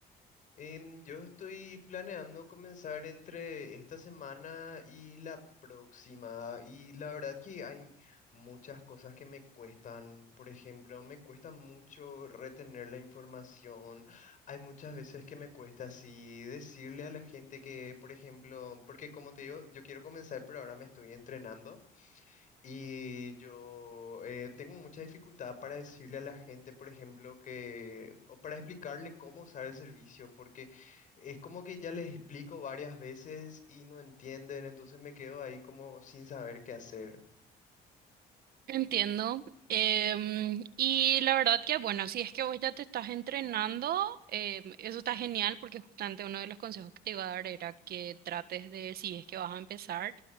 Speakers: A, on the left (about 50°); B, on the right (about 65°).
A: Em, yo estoy planeando comenzar entre esta semana y la próxima y la verdad que hay muchas cosas que me cuestan. Por ejemplo, me cuesta mucho retener la información. Hay muchas veces que me cuesta así decirle a la gente que, por ejemplo, porque como te digo, yo quiero comenzar, pero ahora me estoy entrenando. Y yo eh, tengo mucha dificultad para decirle a la gente, por ejemplo, que, o para explicarle cómo usar el servicio, porque es como que ya les explico varias veces y no entienden, entonces me quedo ahí como sin saber qué hacer.
B: Entiendo. Em, y la verdad que, bueno, si es que vos ya te estás entrenando, em, eso está genial porque justamente uno de los consejos que te iba a dar era que trates de, si es que vas a empezar,